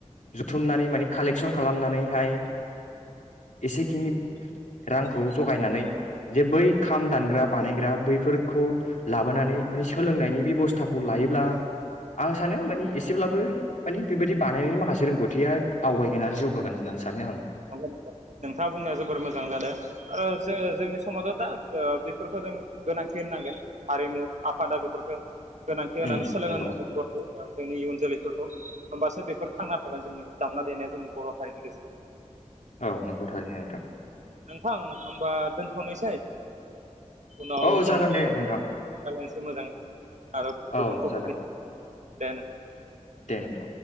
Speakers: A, on the left; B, on the right.
A: जुथुमनानै माने कालेकसन खालामनानैहाय एसेखिनि रांखौ जगायनानै जे बै खाम दानग्रा बानायग्रा बैफोरखौ लाबोनानै माने सोलोंनायनि बेबस्थाखौ लायोब्ला आं सानो माने एसेब्लाबो माने बेबायदि बानायनायनि माखासे रोंगौथिया आवगायगोन आरो जौगागोन होननानै सानो आं
B: नंगौ नोंथां नोंथाङा बुंनाया जोबोर मोजां जादों आरो जो जोंनि समाजाव दा बेफोरखौ जों गोनांथि होननांगोन हारिमु आफादा बेफोरखौ गोनांथि होनानै
A: उम
B: सोलोंहांगोन
A: नंगौ
B: गथ' जोंनि इयुन जोलैफोरखौ होमबासो बेफोर थांना थागोन जोंनि दामना देनाया जोंनि बर' हारिनि गेजेराव
A: औ नोंगौ थारैनो नोंथां
B: नोंथां होमबा दोनथ'नोसै। उनाव
A: औ
B: जों
A: जागोन
B: राय्लायनोसै
A: दे नोंथां
B: मोजाङै आरो
A: औ
B: गुबुन टपिकनि
A: जागोन
B: दे होन
A: दे नोंथां